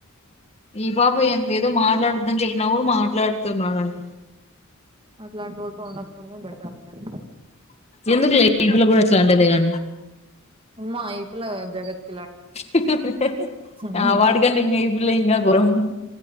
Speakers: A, on the left; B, on the right.
A: ఈ పాప ఎంత ఏదో మాట్లాడద్దు అని చెప్పిన కూడా మాట్లాడుతున్నాడంట
B: మాట్లాడకుండా <inaudible> పెట్టు ఆ పిల్లోనికి
A: ఎందుకు లేదు <unintelligible> లో కూడా అట్లే అంటంది గా
B: అమ్మా ఈ పిల్ల <unintelligible>
A: <unintelligible>
B: హ్మ్.
A: నేర్పిల్ల ఇంక బాగుంటుంది